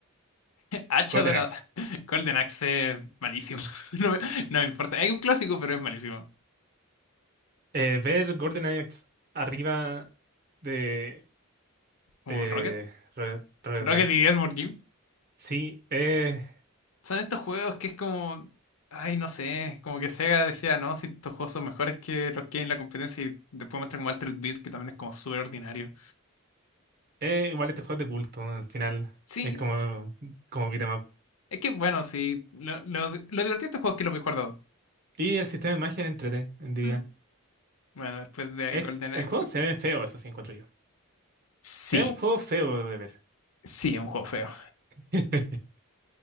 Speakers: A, on the left; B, on the right.
A: Hacha
B: Golden
A: dorada.
B: Axe.
A: <laughs> Golden Axe, malísimo. <laughs> No me, no me importa. Es un clásico, pero es malísimo.
B: Eh, ver Golden Axe arriba de
A: Como
B: eh,
A: Rocket.
B: Red, Red
A: Rocket
B: Knight.
A: y Edward
B: Sí, eh,
A: Son estos juegos que es como, ay, no sé, como que Sega decía, no, si estos juegos son mejores que los que hay en la competencia y después muestran como Altered Beast, que también es como súper ordinario.
B: Eh, igual este juego es de culto, al final.
A: Sí,
B: Es como, como beat 'em up.
A: es que bueno, sí, lo, lo, lo divertido de estos juegos es que los he guardado.
B: Y el sistema de magia es entrete, diría.
A: Mm. Bueno, después de
B: Es,
A: Golden Axe,
B: el juego se ve feo, eso sí, encuentro yo.
A: sí,
B: Es un juego feo de ver.
A: sí, es un juego feo.
B: <laughs>